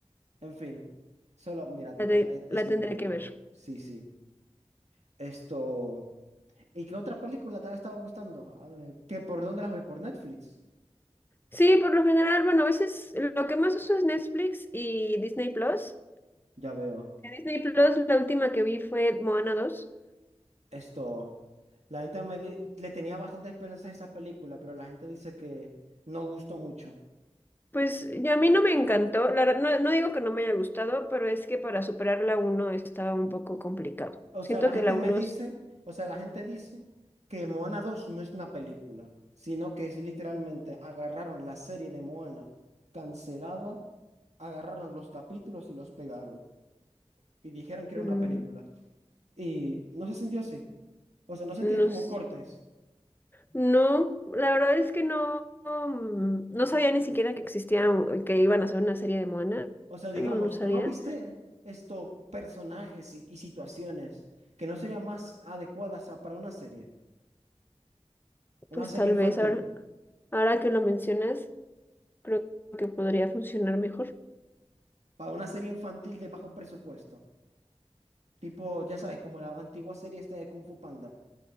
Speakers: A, on the right; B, on the left.
A: En fin, solo míratela,
B: La, de-
A: e- es,
B: la
A: muy
B: tendré
A: buena.
B: que ver.
A: Sí, sí. Esto... ¿Y qué otra película te ha estado gustando? Ah, ¿Qué, por dónde las ves? ¿Por Netflix?
B: Sí, por lo general, bueno, a veces lo que más uso es Netflix y Disney Plus.
A: Ya veo.
B: De Disney Plus, la última que vi fue Moana 2.
A: Esto... La gente me di- le tenía bastante esperanza a esa película, pero la gente dice que no gustó mucho.
B: Pues ya a mí no me encantó, la verdad, no, no digo que no me haya gustado, pero es que para superar la 1 estaba un poco complicado.
A: O
B: Siento
A: sea, la
B: que
A: gente
B: la uno,
A: me dice,
B: es,
A: o sea, la gente dice que Moana 2 no es una película, sino que es literalmente agarraron la serie de Moana cancelada, agarraron los capítulos y los pegaron y dijeron que
B: mm,
A: era una película. Y no se sintió así. O sea, no sentías
B: no,
A: como
B: sé,
A: cortes.
B: no, la verdad es que no, mm, no sabía ni siquiera que existía, o que iban a hacer una serie de Moana,
A: O sea, digamos,
B: no, no sabía.
A: tú no viste estos personajes y, y situaciones que no serían más adecuadas a- para una serie, una
B: Pues
A: serie
B: tal
A: infantil,
B: vez ahora, ahora que lo mencionas, creo que podría funcionar mejor.
A: para una serie infantil de bajo presupuesto. Tipo, ya sabes, como la antigua serie esta de Kung Fu Panda.